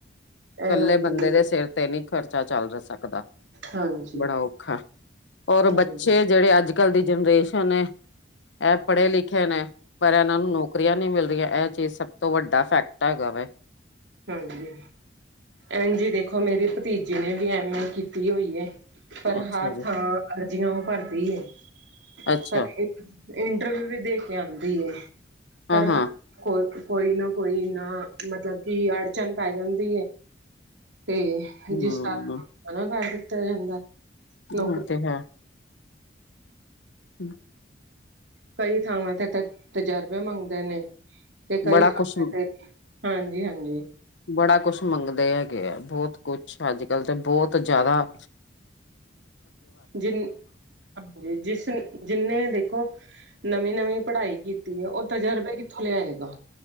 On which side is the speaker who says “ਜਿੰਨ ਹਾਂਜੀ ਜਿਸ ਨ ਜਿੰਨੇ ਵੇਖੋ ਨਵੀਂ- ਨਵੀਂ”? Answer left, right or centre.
Right